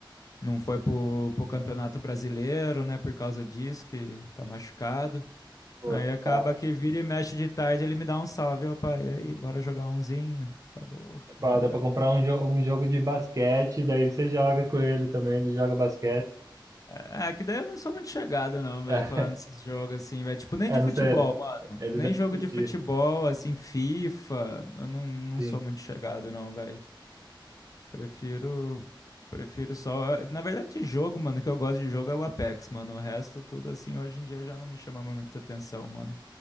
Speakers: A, on the left; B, on the right.
A: Não foi pro, pro Campeonato Brasileiro, né? Por causa disso, que tá machucado.
B: Pô,
A: Aí acaba
B: dá
A: que vira e mexe de tarde, ele me dá um salve, ó, pai. E aí, bora jogar umzinho? Falei, "Bo- bora,
B: pra, dá pra
A: bora.
B: comprar um, jo um jogo de basquete, daí você joga com ele também, ele joga basquete.
A: É, que daí eu não sou muito chegado, não, velho,
B: <laughs>
A: falando desses jogos assim, velho. Tipo, nem
B: É,
A: de
B: não
A: futebol,
B: sei,
A: mano.
B: ele
A: Nem
B: deve
A: jogo
B: curtir.
A: de futebol, assim, FIFA. Eu não, não
B: Sim.
A: sou muito chegado, não, velho. Prefiro. Prefiro só. Na verdade, de jogo, mano, o que eu gosto de jogo é o Apex, mano. O resto, tudo assim, hoje em dia já não me chama mais muita atenção, mano.